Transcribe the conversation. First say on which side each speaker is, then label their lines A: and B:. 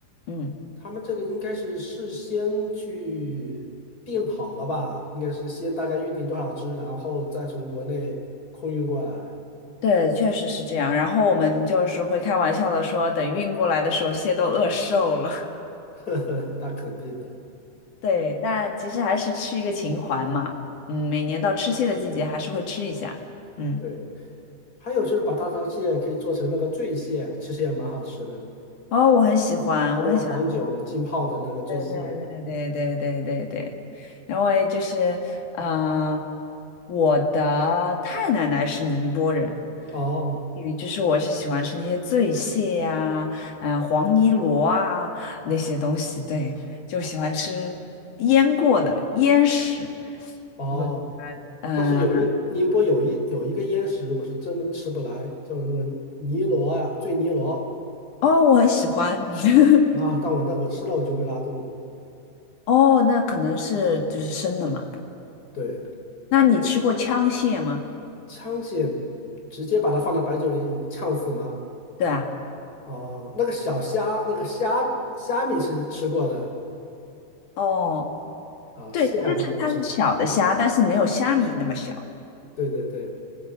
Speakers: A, on the left (about 60°); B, on the left (about 25°).
A: 嗯。
B: 他们这个应该是事先去定好了吧？应该是先大家预定多少只，然后再从国内空运过来。
A: 对，确实是这样。然后我们就是会开玩笑的说，等运过来的时候，蟹都饿瘦了。<laughs>
B: <laughs> 呵呵，那肯定的，
A: 对，但其实还是吃一个情怀嘛。嗯，每年到吃蟹的季节，还是会吃一下。嗯，
B: 对。还有就是把大闸蟹可以做成那个醉蟹，其实也蛮好吃的，
A: 哦，我很喜欢，
B: 用那个黄酒浸泡的那个醉蟹。
A: 我很喜欢。对对对对对对对，因为就是呃，我的太奶奶是宁波人，嗯
B: 哦
A: 与就是我是喜欢吃那些醉蟹呀、嗯、黄泥螺啊那些东西，对，就喜欢吃腌过的腌食。
B: 哦，
A: 我呃，
B: 但是有一宁波有一有一个腌食，我是真的吃不来，叫那个泥螺呀、醉泥螺
A: 哦，我很喜欢。<laughs>
B: 啊，但我但我吃了我就会拉肚子。
A: 哦，那可能是就是生的嘛。
B: 对，
A: 那你吃过枪蟹吗？
B: 枪蟹直接把它放到白酒里呛死吗？
A: 对啊。
B: 哦，那个小虾，那个虾虾米是吃过的
A: 哦。
B: 啊，
A: 对，
B: 蟹还没这样吃过。
A: 就是它是小的虾，但是没有虾米那么小。
B: 对对对，